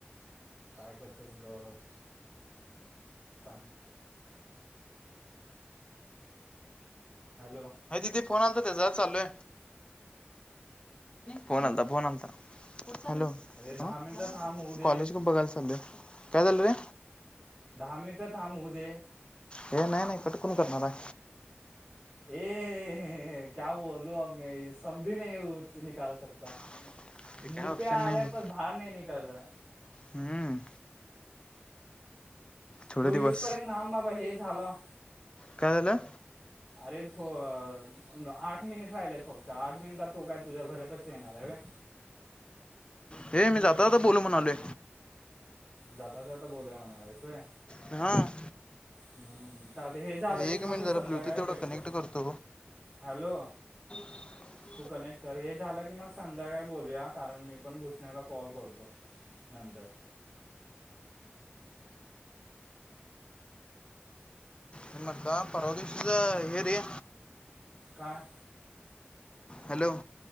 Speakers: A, in the centre; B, on the left.
A: काय करतोस बघ. चांग हॅलो.
B: अ दीदे फोन आलता त्याचा. चालोय. फोन आलता. फोन आलता. हॅलो.
A: अरे दहा
B: अ.
A: मिनिटचा थांब होऊ दे
B: कॉलेज पण बघायला चालोय. काय झालं रे?
A: दहा मिनिटं थांब. होऊ दे.
B: हे नाही नाही कटकून करणार हाय.
A: ए क्या बोल अब मे. सबदी नाही निकल सकता.
B: <inaudible>
A: मुह
B: ऑप्शन
A: पे आ
B: नाही
A: रहा.
B: मग
A: पर बाहर नाही निकल रहा.
B: हम्म. थोडे
A: तो
B: दिवस
A: इसपर्यंत थाब बाबा. हे झालं.
B: काय झालं
A: अरे तो आठ मिनिटं राहिलाय फक्त. त आठ मिनटात तो काय तुझ्या घरापाशी येणारे व्हय?
B: हे मी जातो आता बोलू म्हणालोय.
A: जाता जाता बोलूया म्हणालास होय?
B: ह.
A: हम्म चालत. हे झालं की
B: एक
A: मग
B: मिनिट जरा
A: संध्याकाळी
B: ब्लूटूथ तेवढं
A: भेट.
B: कनेक्ट करतो
A: हॅलो.
B: <inaudible>
A: तू कनेक्ट कर. हे झालं की मग संध्याकाळी बोलूया. कारण मी पण घुसण्याला कॉल करतो. नंतर.
B: म्हणला परवा दिशीच हे रे?
A: काय?
B: हॅलो.